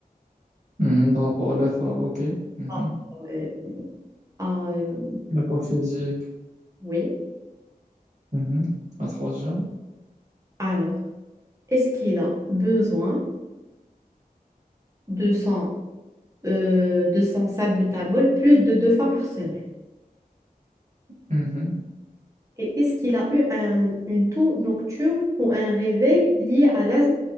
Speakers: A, on the right; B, on the right.
A: Mhm. Par rapport à l'effort, OK. Mhm.
B: Ah, euh, ah, euh,
A: L'effort physique.
B: oui.
A: Mhm. La troisième.
B: Alors, est-ce qu'il a besoin de son, euh, de son salbutamol plus de deux fois par semaine?
A: Mhm.
B: Et est-ce qu'il a eu un- une toux nocturne ou un réveil lié à l'asthme